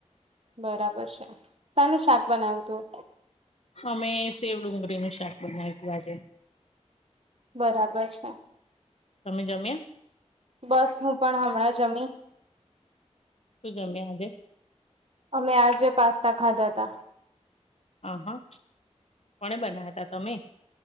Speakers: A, on the right; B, on the left.
A: બરાબર છે સાનુ શાક બનાવું તું
B: અમે સેવડુંગળી નું શાક બનાય બાજે
A: બરાબર છે
B: તમે જમ્યા
A: બસ હું પણ હમણાં જમી
B: શું જમ્યા આજે
A: અમે આજે પાસ્તા ખાધા તા
B: આ હા કોને બનાવ તા તમે